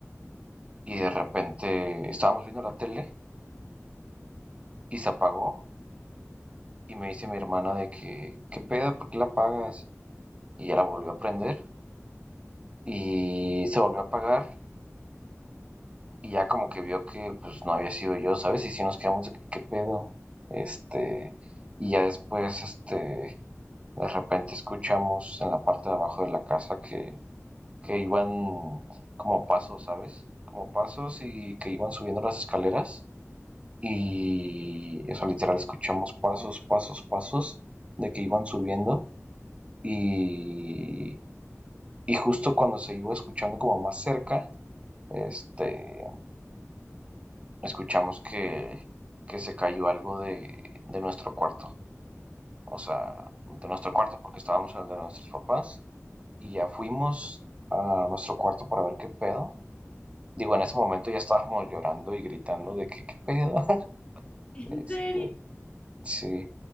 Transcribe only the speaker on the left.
<laughs> ¿En
serio?